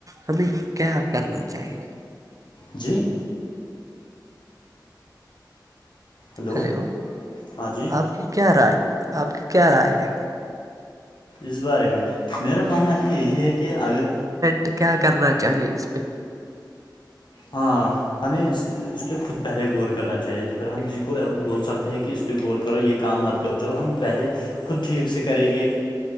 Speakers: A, on the right; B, on the left.
A: ہمیں کیا کرنا چاہیے
B: جی ہلو
A: ہیلو
B: ہاں جی
A: آپ کی کیا رائے آپ کی کیا رائے ہے
B: اس بارے میں میرا ماننا یہی ہے کہ اگر
A: تو کیا کرنا چاہیے اس پہ
B: ہاں ہمیں اس اس پہ خود پہلے غور کرنا چاہیے پھر ہم کسی کو بول سکتے ہیں کہ اس پہ غور کرو یہ کام مت جب ہم پہلے خود ٹھیک سے کریں گے